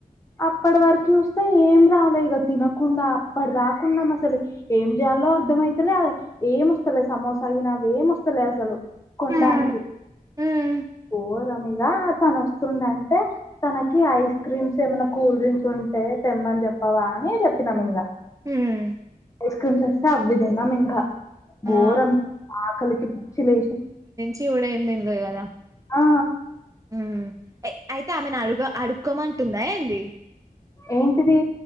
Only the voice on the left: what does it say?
అప్పటి వరకు చూస్తే ఏం రాలే ఇగ తినకుండా అప్పడి దాకున్నాం అసలు ఏం జేయాలో? అర్థమయితలే ఏం వస్తలే సమోసా గినా ఏమ్ వస్తలే అసలు కొనడానికి
గోరమిగా తను వస్తుండంటే తన కి ఐస్ క్రీమ్స్ ఏమైన్నా కూల్ డ్రింక్స్ ఉంటే తెమ్మని చెప్పావా అని జెప్పినాం ఇంగా
ఐస్ క్రీమ్స్ వస్తే అవి తిన్నాం ఇంగా ఘోరం
ఆకలికి పిచ్చి లేసి
ఆ
ఏంటిది